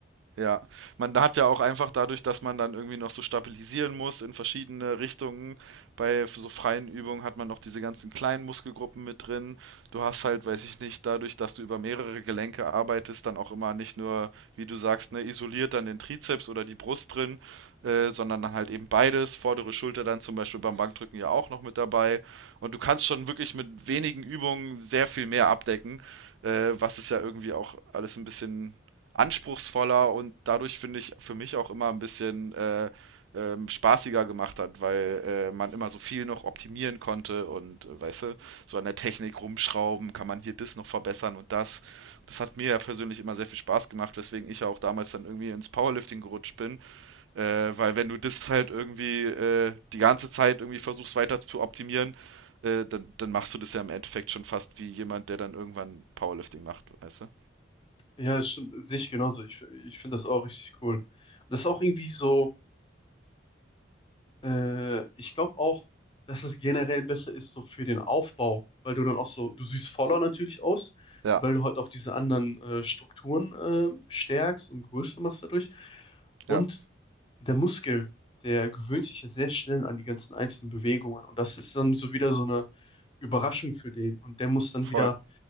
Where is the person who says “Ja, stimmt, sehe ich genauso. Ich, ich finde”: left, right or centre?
Left